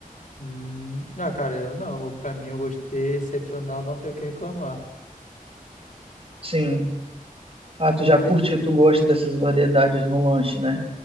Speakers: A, on the left; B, on the right.
A: Hum, ah, cara, eu não. Pra mim, eu gostei, excepcional, não tenho o que reclamar.
B: Sim. Ah, tu já curtiu, tu gosta dessas variedades no lanche, né?